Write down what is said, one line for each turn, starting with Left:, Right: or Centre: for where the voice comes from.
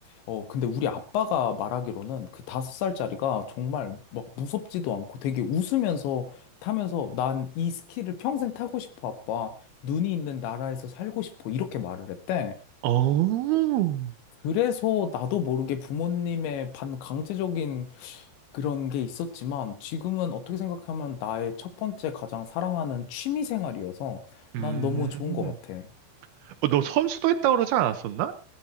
Left: 어, 근데 우리 아빠가 말하기로는 그 다섯 살짜리가 정말 막 무섭지도 않고 되게 웃으면서 타면서 난 이 스키를 평생 타고 싶어, 아빠. 눈이 있는 나라에서 살고 싶어. 이렇게 말을 했대.
Right: 어,
Left: 그래서 나도 모르게 부모님의 반강제적인 그런 게 있었지만 지금은 어떻게 생각하면 나의 첫 번째 가장 사랑하는 취미 생활이어서
Right: 음,
Left: 난 너무 좋은 것 같아.
Right: 어, 너 선수도 했다 그러지 않았었나?